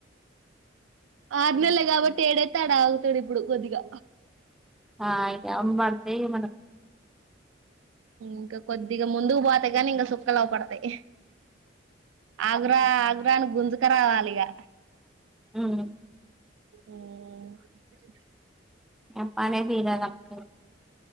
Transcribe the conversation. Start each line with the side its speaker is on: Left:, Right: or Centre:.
Right: ఆరు నెలలు కాబట్టి ఏడైతేడ ఆడ ఆగుతాడు ఇప్పుడు కొద్దిగా
Centre: ఆ అయిగాన బడితే మన
Right: ఇంకా కొద్దిగా ముందుకు పోతే గాని ఇంకా సుక్కలు అవుపడతాయి ఆగరా ఆగరానికి గుంజుక రావాలి ఇక
Centre: హ్మ్
Right: ఉమ్
Centre: చెపనే తీరే అప్పుడు